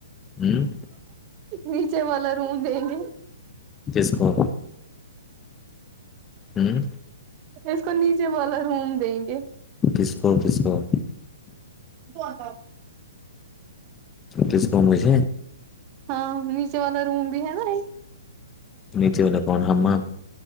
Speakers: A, on the left; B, on the right.
A: ہوں
B: نیچے والا روم دیں گے
A: جس کووں ہوں
B: اس کو نیچے والا روم دیں گے
A: کس کو کس کو
B: توتاہ
A: کس کمس
B: ہاں نیچے والا روم بھی ہے نا یہ
A: نیچے میں کون ہما